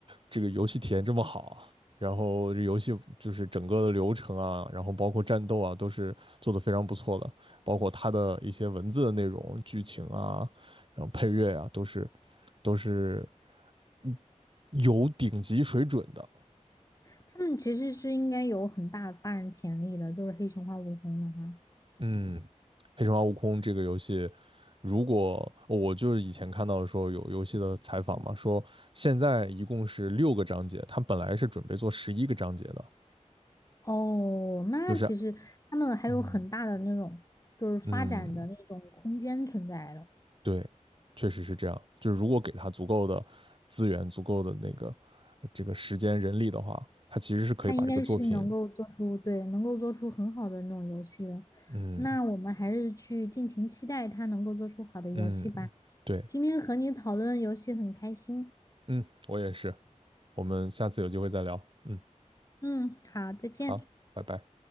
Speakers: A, on the right; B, on the left.
A: 这个游戏体验这么好，然后这游戏就是整个的流程啊，然后包括战斗啊，都是做得非常不错的，包括它的一些文字的内容、剧情啊，然后配乐啊，都是都是嗯有顶级水准的。
B: 他们其实是应该有很大的发展潜力的，就是黑神话悟空的话，
A: 嗯，《黑神话：悟空》这个游戏，如果我就是以前看到说有游戏的采访嘛，说现在一共是六个章节，它本来是准备做十一个章节的。
B: 哦，那其实他们还有很大的那种就是发展的那种空间存在的，
A: 就是嗯嗯，对，确实是这样。就是如果给他足够的资源、足够的那个呃这个时间、人力的话，他其实是可以把这个作品，
B: 他应该是能够做出，对，能够做出很好的那种游戏的。
A: 嗯
B: 那我们还是去尽情期待他能够做出好的游戏吧。
A: 嗯，对，
B: 今天和你讨论游戏很开心，
A: 嗯，我也是。我们下次有机会再聊。嗯，
B: 嗯，好，再见。
A: 好，拜拜。